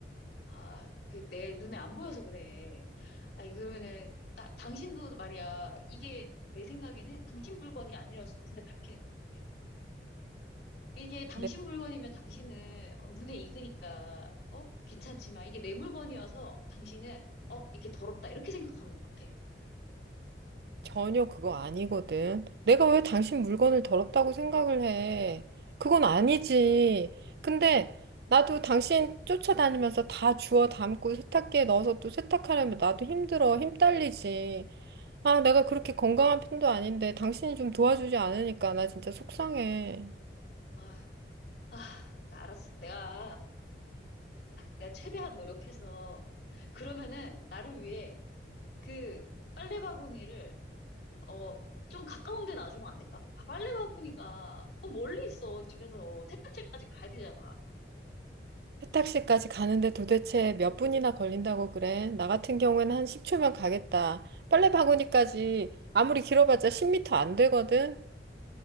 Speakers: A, on the left; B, on the right.
A: 아, 그 내 눈에 안 보여서 그래. 아니, 그러면은, 나, 당신도 말이야. 이게 내 생각에는 당신 물건이 아니라서 눈에 밟히는 거야. 이게 당신
B: 근데
A: 물건이면 당신은 어, 눈에 익으니까, 어? 괜찮지만 이게 내 물건이어서 당신은, 어? 이게 더럽다. 이렇게 생각하는 것 같아.
B: 전혀 그거 아니거든. 내가 왜 당신 물건을 더럽다고 생각을 해? 그건 아니지. 근데 나도 당신 쫓아다니면서 다 주워 담고 세탁기에 넣어서 또 세탁하려면 나도 힘들어. 힘 딸리지. 아, 내가 그렇게 건강한 편도 아닌데 당신이 좀 도와주지 않으니까 나 진짜 속상해.
A: 아, 아, 알았어. 내가. 내가 최대한 노력해서 그러면은 나를 위해 그 빨래 바구니를 어 좀 가까운 데 놔주면 안 될까? 아 빨래 바구니가 너무 멀리 있어 집에서 세탁실까지 가야 되잖아.
B: 세탁실까지 가는데 도대체 몇 분이나 걸린다고 그래? 나 같은 경우에는 한 10초면 가겠다. 빨래 바구니까지 아무리 길어봤자 10m 안 되거든?